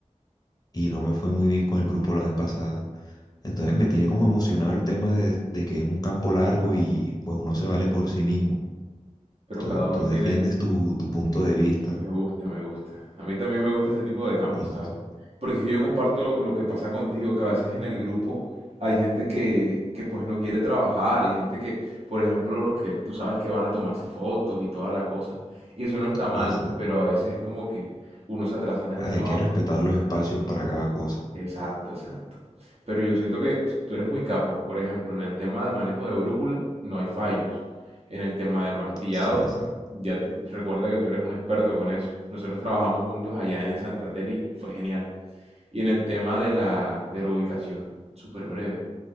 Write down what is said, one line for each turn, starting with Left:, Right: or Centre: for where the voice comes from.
Left: y no me fue muy bien con el grupo la vez pasada. Entonces me tiene como emocionado el tema de, de que es un campo largo y pues uno se vale por sí mismo.
Right: pero
Left: Tú,
Right: cada uno
Left: tú
Right: tiene
Left: defiendes tu, tu punto de vista
Right: Me gusta, me gusta. A mí también me gusta ese tipo de campo,
Left: y
Right: ¿sabes?
Left: entonces...
Right: Porque es que yo comparto lo que pasa contigo, que a veces en el grupo hay gente que, que pues no quiere trabajar, y gente que, por ejemplo, los que tú sabes que van a tomarse fotos y toda la cosa. Y eso no está mal,
Left: Esa,
Right: pero a veces es como que uno se atrasa en el
Left: Hay
Right: trabajo.
Left: que respetar los espacios para cada cosa.
Right: Exacto, exacto. Pero yo siento que t- tú eres muy capo. Por ejemplo, en el tema de manejo de brújula no hay fallos. En el tema del martillado,
Left: Sí, exacto.
Right: ya tú- recuerda que tú eres un experto con eso. Nosotros trabajamos juntos allá en Santander y fue genial. Y en el tema de la, de la ubicación, súper breve.